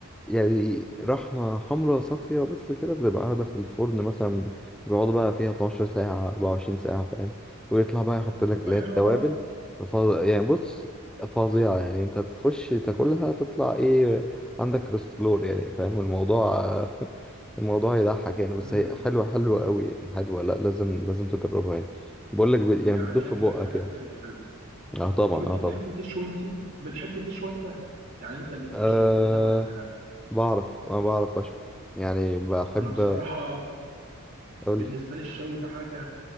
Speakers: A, in the centre; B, on the right.
A: يعني رحمة حمراء صافية بس كده بتبقى قاعدة في الفرن مثلا بيقعدوا بقى فيها 12 ساعة 24 ساعة فاهم ويطلع بقى يحط لك
B: تبقى
A: عليها
B: حلوة
A: التوابل
B: بقى
A: فظ- يعني بص فظيعة يعني انت تخش تاكلها تطلع ايه عندك كوليسترول يعني فاهم الموضوع <laughs> الموضوع يضحك يعني بس
B: امم
A: هي حلوة حلوة قوي يعني حلوة لا لازم لازم تجربها يعني بقول لك ب... يعني
B: يعني
A: بتدوب
B: هي
A: في
B: من
A: بقك
B: الاكلات
A: يعني
B: الحلوة
A: اه طبعا
B: طب انت
A: اه
B: بتحب
A: طبعا
B: تشوي انت بتحب تشوي انت يعني انت اللي تشوي
A: آه
B: كده ولا لا
A: بعرف انا بعرف اشوي يعني بحب
B: انا بصراحة
A: اقول
B: بالنسبة
A: لي
B: لي الشوي ده حاجة